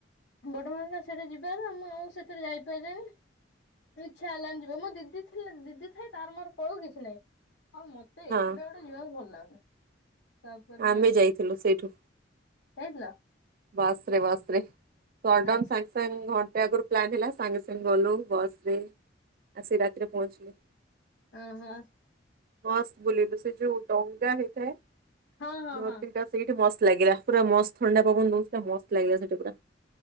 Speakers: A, on the left (about 80°); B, on the right (about 50°).
A: ବଡବାବା ସେଇଟା ଯିବା ନା ମୁଁ ଆଉ ସେଥିରେ ଯାଇପାରିଲିଣି। ଇଚ୍ଛା ହେଲାନି ଯିବାକୁ। ମୋ ଦିଦି ଥିଲା ଦିଦି ଥାଇ ତାର ମୋର ପଳଉ କିଛି ନାହିଁ। ଆଉ ମତ୍ ତେ
B: ହଁ
A: ଏକୁଟିଆ ଗୋଟେ ଯିବାକୁ ଭଲ ଲାଗୁନି। ତାପରେ
B: ଆମେ ଯାଇଥିଲୁ ସେଇଠୁ
A: ଯାଇଥିଲ?
B: ବସ୍ ରେ ବସ୍ ରେ ସଡନ୍
A: ଆଚ୍ଛା
B: ସାଙ୍ଗ ସାଙ୍ଗେ ଘଣ୍ଟେ ଆଗରୁ ପ୍ଲାନ୍ ହେଲା ସାଙ୍ଗେ ସାଙ୍ଗେ ଗଲୁ ବସ୍ ରେ ଆ ସେ ରାତିରେ ପହଞ୍ଚିଲି।
A: ଆଁ ହାଁ।
B: ମସ୍ତ ବୁଲିଲୁ ସେ ଯୋଉ ଟଙ୍ଗା ହେଇଥାଏ ନ
A: ହଁ ହଁ ହଁ
B: ତିନଟା। ସେଇଠି ମସ୍ତ ଲାଗିଲା। ପୁରା ମସ୍ତ ଥଣ୍ଡା ପବନ ଦଉଥିଲା। ମସ୍ତ ଲାଗିଲା ସେଠି। ପୁରା।